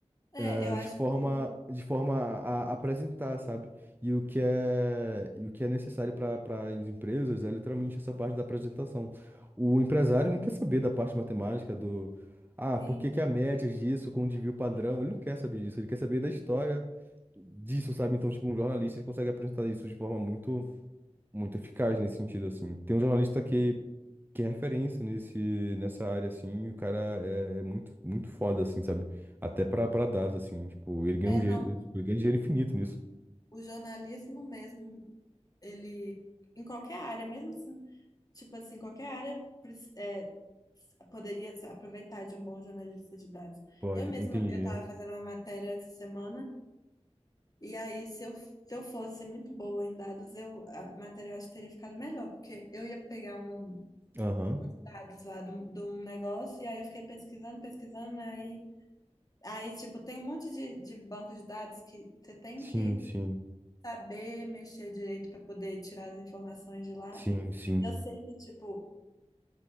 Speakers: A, on the left; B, on the right.
A: É,
B: ah,
A: eu acho
B: de forma,
A: que
B: de forma a, a apresentar, sabe? E o que é, e o que é necessário para para as empresas é literalmente essa parte da apresentação. O empresário não quer saber da parte matemática do, ah,
A: sim.
B: por que que a média disso com o desvio padrão? Ele não quer saber disso, ele quer saber da história disso, sabe? Então, tipo, um jornalista ele consegue apresentar isso de forma muito muito eficaz nesse sentido, assim. Tem um jornalista que, que é referência nesse, nessa área, assim, e o cara é, é muito, muito foda, assim, sabe? Até pra, pra dados, assim, tipo, ele ganha
A: É,
B: um dinheiro,
A: não.
B: tipo, ele ganha dinheiro infinito nisso.
A: O jornalismo mesmo, ele, em qualquer área, mesmo assim, tipo assim, qualquer área preci- é, poderia se aproveitar de um bom jornalista de dados.
B: Pode,
A: Eu mesma,
B: entendi.
A: eu estava fazendo uma matéria essa semana, e aí, se eu, se eu fosse muito boa em dados, eu, a matéria eu acho que teria ficado melhor, porque eu ia pegar um,
B: Aham.
A: uns dados lá de um de um negócio, e aí eu fiquei pesquisando, pesquisando, aí, aí tipo, tem um monte de, de banco de dados que você tem
B: Sim,
A: que
B: sim.
A: saber mexer direito para poder tirar as informações de lá.
B: Sim, sim.
A: E Eu sei que, tipo,